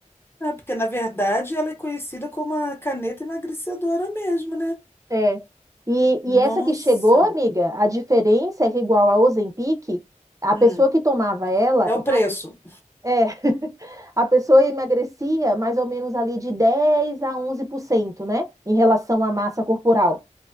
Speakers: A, on the left (about 15°); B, on the right (about 25°).
A: É, porque na verdade ela é conhecida como a caneta emagrecedora mesmo, né?
B: É. E,
A: Nossa.
B: e essa que chegou, amiga, a diferença é que igual a Ozempic, a
A: Hum.
B: pessoa que tomava ela
A: É o preço.
B: É, <laughs> a pessoa emagrecia mais ou menos ali de 10 a 11%, né? Em relação à massa corporal.